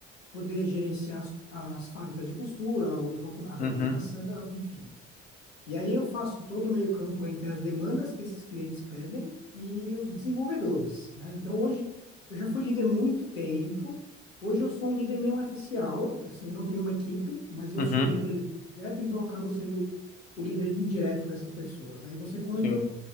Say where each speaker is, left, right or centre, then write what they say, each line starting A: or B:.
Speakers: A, on the left; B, on the left.
A: poder gerenciar as, as fábricas de costura, os docu- a documentação,
B: Uhum,
A: enfim. E aí eu faço todo o meio-campo entre as demandas que esses clientes pedem e os desenvolvedores, né? Então hoje eu já fui líder muito tempo. Hoje eu sou um líder meio matricial, assim, eu não tenho uma equipe, mas eu
B: uhum,
A: sou o líder de projeto, então eu acabo sendo o líder indireto dessas pessoas, né? E você comentou
B: sim.